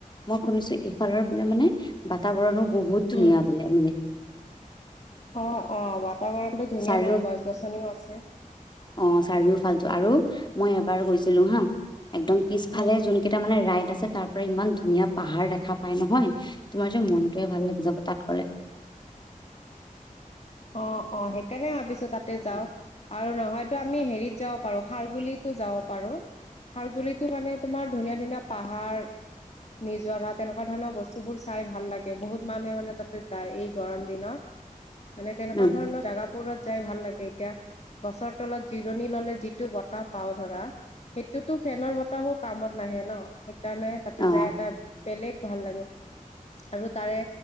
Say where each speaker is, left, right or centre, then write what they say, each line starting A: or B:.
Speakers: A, on the left; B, on the left.
A: মই শুনিছো এইফালৰ বোলে মানে বাতাবৰণো বহুত ধুনীয়া
B: উম
A: বোলে মানে।
B: অ অ বাতাবৰণতটো ধুনীয়া
A: চাৰিও
B: তোমাৰ গছ গছনিও আছে।
A: অ চাৰিও ফাল্টু আৰু মই এবাৰ গৈছিলো হা। একদম পিছফালে
B: উম
A: যোন কেইটা মানে ৰাইড আছে তাৰ পৰা ইমান ধুনীয়া পাহাৰ দেখা পাই নহয়।
B: <unintelligible>
A: তোমাৰ যে মনটোৱে ভাল লাগি যাব তাত গলে
B: অ। অ সেইকাৰণে ভাবিছো তাতে যাও। আৰু নহয়তো আমি হেৰিত যাব পাৰো খাৰগুলিতো যাব পাৰো। খাৰগুলিতো মানে তোমাৰ ধুনীয়া ধুনীয়া পাহাৰ নিজৰা তেনেকুৱা ধৰণৰ বস্তু বোৰ। চাই ভাল লাগে বহুত মানুহে মানে তাতে যায় এই গৰম দিনত। মানে তেনেকুৱা
A: উম
B: ধৰণৰ জোগাবোৰত যাই ভাল লাগে এতিয়া। গছৰ তলত জিৰণি ললে যিটো বতাহ পাও ধৰা সেইটোতো ফেনৰ বতাহও কামত নাই। আহে ন সেইকাৰণে তাতে
A: অ
B: যাই এটা বেলেগ ভাল লাগে আৰু তাৰে।